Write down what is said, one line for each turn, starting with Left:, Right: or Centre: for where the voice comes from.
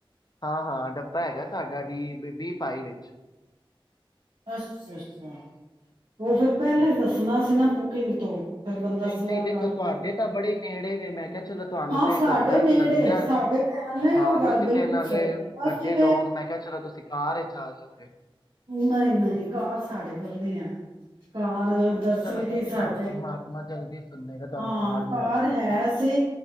Left: ਹਾਂ ਹਾਂ ਡੱਬਾ ਹੈਗਾ ਸਾਡਾ ਡੀ ਬੀ ਫਾਈ ਵਿੱਚ
Right: ਅੱਛਾ ਅੱਛਾ। ਉਹ
Left: ਹਾਂਜੀ
Right: ਫੇਰ ਪਹਿਲੇ ਦੱਸਣਾ ਸੀ ਨਾ, ਕਿੰਗ ਤੋਂ, ਫਿਰ ਬੰਦਾ
Left: ਨਹੀਂ-ਨਹੀਂ
Right: ਸਲਾਹ
Left: ਦੇਖੋ,
Right: ਕਰ ਲੈਂਦਾ
Left: ਤੁਹਾਡੇ ਤਾਂ ਬੜੇ ਨੇੜੇ, ਮੈਂ ਕਿਹਾ, ਚਲੋ, ਤੁਹਾਨੂੰ
Right: ਹਾਂ
Left: ਤੇ
Right: ਸਾਡੇ
Left: ਘੰਟਾ
Right: ਨੇੜੇ
Left: ਲੱਗਣਾ
Right: ਸਾਡੇ ਤੇ ਹਨ ਹੀ ਉਹ
Left: ਹਾਂ
Right: ਗੱਲ
Left: ਤੁਸੀਂ
Right: ਬਿਲਕੁਲ
Left: ਤੇ ਨਾਲੇ
Right: ਸਹੀ ਹੈ ਅਸੀਂ
Left: ਵੱਡੇ ਲੋਕ ਮੈਂ ਕਿਹਾ ਚਲੋ ਤੁਸੀਂ ਕਾਰ ਚਾਅ ਜਾ ਹੁ
Right: ਨਹੀਂ-ਨਹੀਂ, ਕਾਰ ਸਾਡੇ ਕੋਲ ਨਹੀਂ ਹੈ। ਕਾਰ
Left: ਅੱਛਾ
Right: ਦਰ ਅਸਲ
Left: ਚਲੋ ਕੋਈ
Right: ਕੀ
Left: ਨਹੀਂ
Right: ਸਾਡੇ
Left: ਰੱਬ ਪਰਮਾਤਮਾ ਜਲਦੀ ਸੁਣੇਗਾ ਤੁਹਾਨੂੰ
Right: ਹਾਂ
Left: ਵੀ
Right: ਕਾਰ
Left: ਲੈ ਦੇਗਾ
Right: ਹੈ
Left: ਹਨਾ
Right: ਸੀ